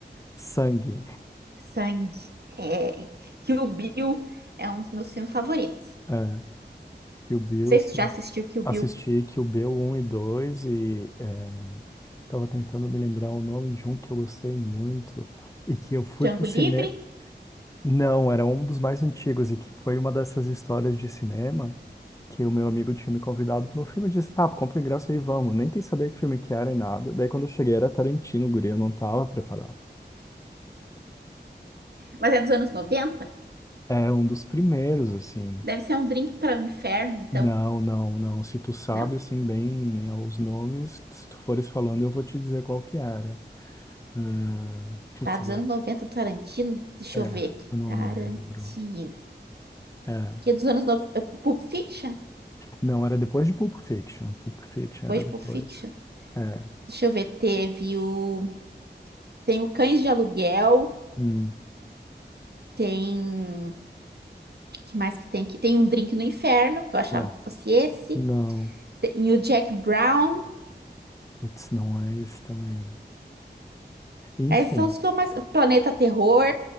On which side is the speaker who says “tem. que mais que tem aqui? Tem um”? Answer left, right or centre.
Right